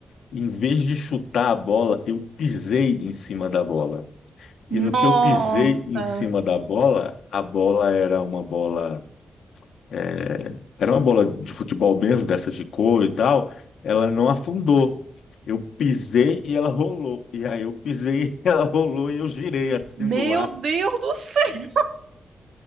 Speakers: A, on the left; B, on the right.
A: em vez de chutar a bola, eu pisei em cima da bola.
B: Nossa,
A: E no que eu pisei em cima da bola, a bola era uma bola é, era uma bola de futebol mesmo, dessas de couro e tal, ela não afundou. Eu pisei e ela rolou. E aí eu pisei <laughs> e ela rolou e eu girei assim
B: meu
A: no ar.
B: Deus do céu!